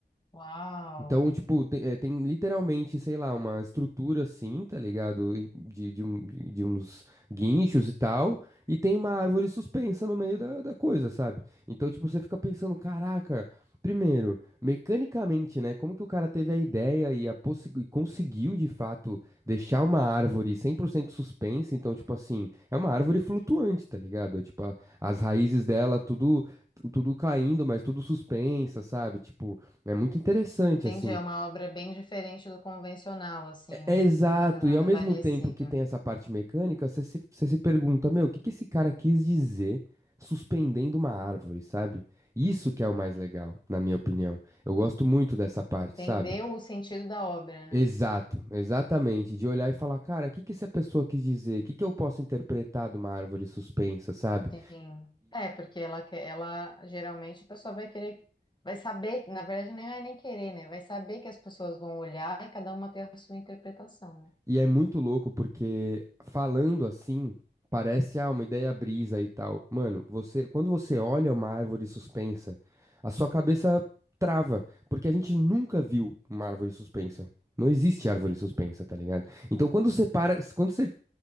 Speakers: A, on the left; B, on the right.
A: Uau.
B: então, tipo, tem, é, tem literalmente, sei lá, uma estrutura assim, tá ligado? E De, de, um- de- de uns guinchos e tal, e tem uma árvore suspensa no meio da, da coisa, sabe? Então, tipo, você fica pensando, caraca, primeiro, mecanicamente, né? Como que o cara teve a ideia e, a possi- e conseguiu, de fato, deixar uma árvore 100% suspensa? Então, tipo assim, é uma árvore flutuante, tá ligado? É, tipo, a- as raízes dela, tudo, tudo caindo, mas tudo suspensa, sabe? Tipo. É muito interessante,
A: Entendi,
B: assim.
A: é uma obra bem diferente do convencional, assim,
B: É, é
A: né?
B: exato,
A: Você nunca viu nada
B: e ao mesmo
A: parecido.
B: tempo que tem essa parte mecânica, você se, você se pergunta, meu, o que que esse cara quis dizer suspendendo uma árvore, sabe? Isso que é o mais legal, na minha opinião. Eu gosto muito dessa parte,
A: Entendeu
B: sabe?
A: o sentido da obra, né?
B: Exato, exatamente. De olhar e falar, cara, o que que essa pessoa quis dizer? O que que eu posso interpretar de uma árvore suspensa, sabe?
A: Sim. É, porque ela quer, ela geralmente a pessoa vai querer, vai saber, na verdade nem é nem querer, né? Vai saber que as pessoas vão olhar e cada uma tem a sua interpretação, né?
B: E é muito louco porque falando assim, parece ah, uma ideia brisa e tal. Mano, você, quando você olha uma árvore suspensa, a sua cabeça trava, porque a gente nunca viu uma árvore suspensa. Não existe árvore suspensa, tá ligado? Então quando você para, quando você